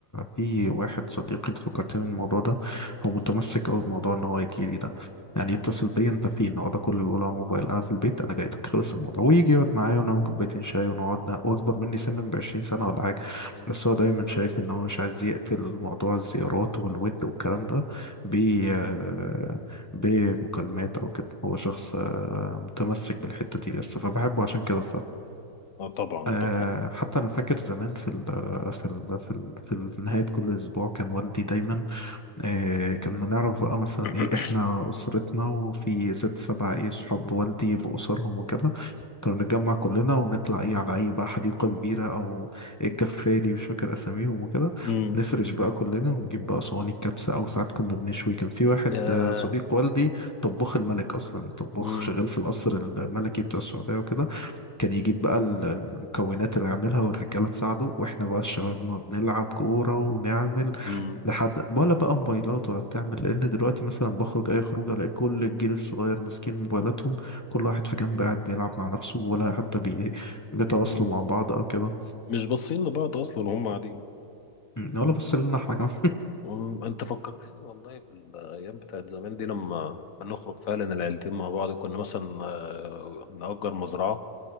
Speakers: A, on the left; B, on the left.
A: في واحد صديقي أنت فكرتني بالموضوع ده هو متمسك أوي بموضوع إن هو يجي لي ده يعني يتصل بيا أنت فين هو ده كله بيقوله على الموبايل أنا في البيت أنا جاي لك خلص الموضوع ويجي يقعد معايا ونعمل كوبايتين شاي ونقعد نا- وأكبر مني سنا بعشرين سنة ولا حاجة
B: مم.
A: بس هو دايما شايف إن هو مش عايز يقتل موضوع الزيارات والود والكلام ده ب آه، بمكالمات أو كده هو شخص آه، متمسك بالحتة دي لسه فبحبه عشان كده
B: اه طبعا
A: آه
B: طب ه-
A: حتى انا فاكر زمان في ال في ال في ال في ال- في نهايه كل اسبوع كان والدي دايما آه كنا نعرف بقى مثلا
B: <coughs>
A: ايه احنا اسرتنا وفي ست سبع ايه صحاب والدي باسرهم وكده كنا نتجمع كلنا ونطلع ايه على اي بقى حديقه كبيره او الجفاري مش فاكر اساميهم وكده
B: مم.
A: نفرش بقى كلنا ونجيب بقى صواني الكبسه او ساعات كنا بنشوي كان في واحد
B: يا
A: آه، صديق والدي طباخ الملك اصلا طباخ
B: مم.
A: شغال في القصر الملكي بتاع السعوديه وكده كان يجيب بقى ال- ال- المكونات اللي يعملها والرجالة تساعده واحنا بقى الشباب نقعد نلعب كورة ونعمل
B: مم.
A: لحد ولا بقى موبايلات ولا بتعمل لان دلوقتي مثلا بخرج اي خروج الاقي كل الجيل الصغير ماسكين موبايلاتهم كل واحد في جنب قاعد بيلعب مع نفسه ولا حتى بي... بيتواصلوا
B: مم.
A: مع بعض او كده
B: مش باصين لبعض أصلا هم قاعدين
A: أمم، ولا بص لنا احنا كمان
B: مم. أنت فكرتني والله بالأيام بتاعت زمان دي لما بنخرج فعلا العيلتين مع بعض كنا مثلا آه، نأجر مزرعة